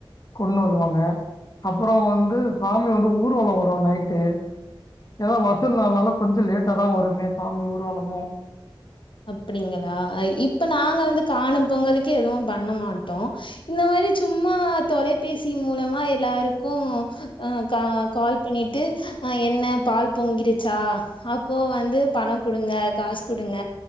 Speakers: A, on the left; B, on the left.
A: கொண்டு வருவாங்க அப்புறம் வந்து சாமி வந்து ஊர்வலம் வரும் நைட்டு ஏல்லா வசூல்ந்தள்னால கொஞ்சம் லேட்டா தா வருமே சாமி ஊர்வலமும்
B: அப்படிங்களா இப் இப்ப நாங்க வந்து காணம் பொங்கலுக்கு எதுவும் பண்ண மாட்டோம் இந்த மாதிரி சும்மா தொலைபேசி மூலமா எல்லாருக்கூ அஹ் கா கால் பண்ணிட் விட்டு என்ன பால் பொங்கிருச்சா அப்போ வந்து பணொ கொடுங்க காசு கொடுங்க